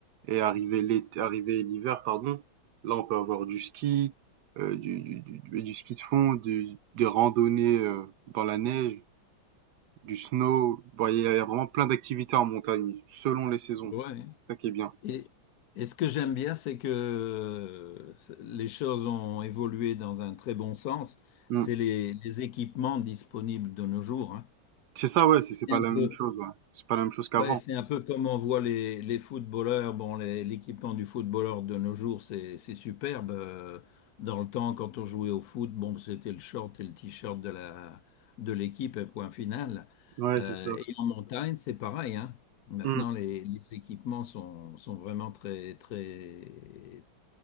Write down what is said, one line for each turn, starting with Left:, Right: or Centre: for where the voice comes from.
Right: et arrivé l'été arrivé l'hiver, pardon, là, on peut avoir du ski, heu, du du du du ski de fond, du des randonnées, heu, dans la neige. du snow. Bon, il y, a il y a vraiment plein d'activités en montagne, selon les saisons.
Left: Ouais.
Right: C'est ça qui est bien.
Left: Et, et ce que j'aime bien, c'est que euh, c'est- les choses ont évolué dans un très bon sens.
Right: Mm.
Left: C'est les, les équipements disponibles de nos jours, hein.
Right: C'est ça, ouais, c'est
Left: C'est
Right: c'est pas
Left: un
Right: la même
Left: peu,
Right: chose, ouais. C'est pas la même chose qu'avant.
Left: Ouais, c'est un peu comme on voit les, les footballeurs. Bon, les- l'équipement du footballeur de nos jours, c'est c'est superbe. Euh, Dans le temps, quand on jouait au foot, bon, c'était le short et le t-shirt de la de l'équipe, et point final.
Right: Ouais,
Left: Euh,
Right: c'est ça.
Left: et en montagne, c'est pareil, hein. Maintenant,
Right: Mm.
Left: les, les équipements sont, sont vraiment très très